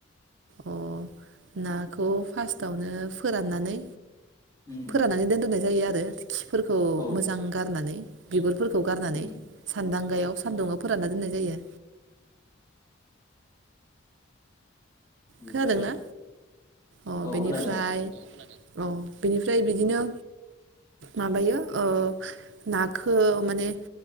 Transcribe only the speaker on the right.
अह नाखौ फास्टआवनो फोराननानै।
फोराननानै दोनथ'नाय जायो आर <inaudible> खिफोरखौ
मोजां गारनानै बिगुरफोरखौ गारनानै
सान्दांगायाव सान्दुङाव फोरानना दोननाय जायो।
खोनादोंना अह
बेनिफ्राय
अ बिनिफ्राय बिदिनो माबायो ओ नाखौ माने